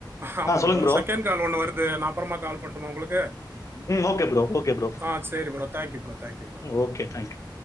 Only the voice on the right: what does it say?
ஆமா
ப்ரோ செகண்ட் கால் ஒண்ணு வருது நா அப்பறமா கால் பண்ட்டுமா உங்களுக்கு
ஆ சேரி bro thank you bro thank you bro